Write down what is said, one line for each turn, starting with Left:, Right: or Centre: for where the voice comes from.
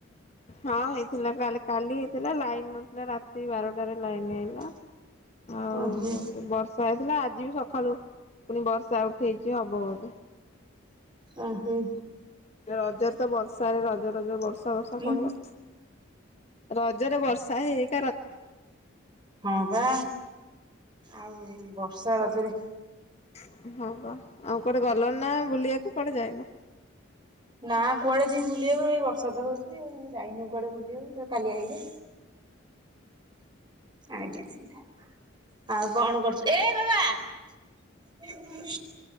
Left: ହଁ ହେଇଥିଲା କାଲି କାଲି ହେଇଥିଲା ଲାଇନ୍ ନଥିଲା ରାତି ବାରଟାରେ ଲାଇନ୍ ଆଇଲା।
Right: <unintelligible>
Left: ଆଉ
Right: ଓହୋ
Left: କଣ ତ ବର୍ଷା ହେଇଥିଲା ଆଜି ବି ସକାଳୁ ଫୁନି ବର୍ଷା ଉଠେଇଛି ହବ ବୋଧେ।
Right: ଆଁ ହୁଁ
Left: ରଜରେ ତ ବର୍ଷାରେ ରଜ ରଜ ବର୍ଷା ବର୍ଷା
Right: ହୁଁ।
Left: ପଳେଇବ। ରଜରେ ବର୍ଷା ହେକ୍
Right: ହଁ ବା ଆଉ ବର୍ଷ ରଜ୍
Left: ଉଁ ହଁ ବା ଆଉ କୁଆଡେ ଗଲନା ନା ବୁଲିବାକୁ କୁଆଡେ ଯାଇନ?
Right: ନାଁ କୁଆଡେ ଯିମ୍ ବୁଲିବାକୁ ଏଇ ବର୍ଷା ତ ହୋଉଚି ଆଉ, ମୁଁ ଯାଇନୁ କୁଆଡେ ବୁଲିବାକୁ ଯଉ କାଲି ଆଇଲେ। ଆଜ୍ଞା ସିଧା ଆଉ କଣ କରୁଚ? ଏ ବାବା।